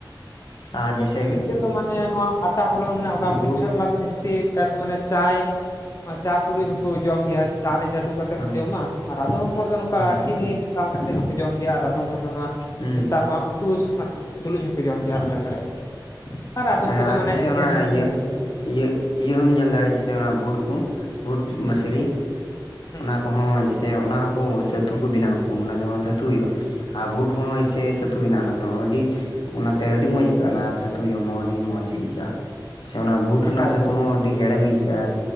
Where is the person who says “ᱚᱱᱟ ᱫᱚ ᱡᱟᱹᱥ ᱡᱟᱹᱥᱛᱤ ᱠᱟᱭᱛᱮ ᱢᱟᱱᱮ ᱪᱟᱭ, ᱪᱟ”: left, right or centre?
Left